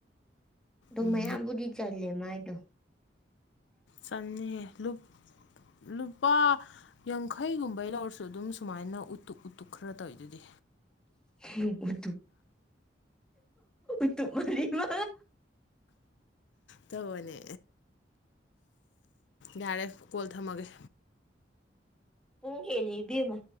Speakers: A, in the centre; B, on the left.
A: ꯗ
B: ꯎꯝ
A: ꯃꯌꯥꯝꯕꯨꯗꯤ ꯆꯜꯂꯦ ꯃꯥꯥꯏꯗꯣ
B: ꯆꯥꯟꯅꯤ ꯂꯨꯞ ꯂꯨꯄꯥ ꯌꯥꯡꯈꯩꯒꯨꯝꯕꯩ ꯂꯧꯔꯁꯨ ꯑꯗꯨꯝ ꯁꯨꯃꯥꯏꯅ ꯎꯇꯨ ꯎꯇꯨꯛ ꯈꯔ ꯇꯧꯋꯤ ꯑꯗꯨꯗꯤ
A: <unintelligible> ꯍ ꯇꯨꯝꯃꯔꯤꯃ
B: ꯇꯅꯦ ꯌꯥꯔꯦ ꯀꯣꯜ ꯊꯝꯃꯒꯦ
A: ꯎꯨꯡ ꯀꯦꯗꯦꯃ